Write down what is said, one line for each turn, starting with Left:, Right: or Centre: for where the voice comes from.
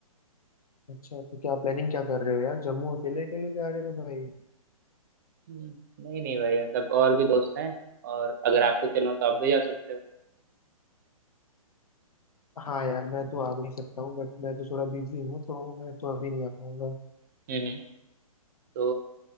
Left: अच्छा तो क्या प्लानिंग क्या कर रहे हो यार जम्मू अकेले अकेले जा रहे हो भाई
Right: हम्म, नहीं नहीं भाई मतलब और भी दोस्त हैं और अगर आपको चलो तो आप भी जा सकते हो
Left: हाँ यार मैं तो आ भी सकता हूँ बट मैं तो थोड़ा बिजी हूँ तो मैं तो अभी नहीं आ पाऊंगा
Right: हम्म तो